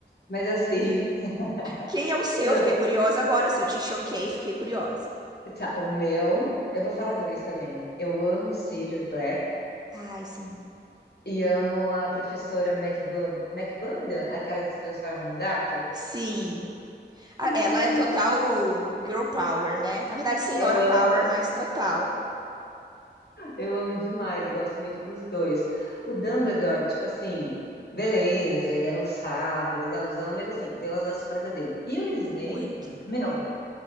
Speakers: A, on the left; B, on the right.
A: Mas assim,
B: Quem é
A: <laughs>
B: o seu?
A: não,
B: Fiquei curiosa agora. Se eu te choquei, fiquei curiosa.
A: tá, o meu, eu vou falar dois também. Eu amo Sirius Black.
B: Ai, sim.
A: E amo a professora McGonag- McGonagall, aquela que se transforma num gato.
B: Sim. A-
A: Sim.
B: Ela é total girl power, né? Na verdade, senhora
A: Eu amo,
B: power, mas total.
A: eu amo demais, eu gosto muito dos dois. O Dumbledore, tipo assim, beleza, ele é o sábio, legalzão, mas assim, deu as vaciladas dele. E o Snape,
B: Muito.
A: meu,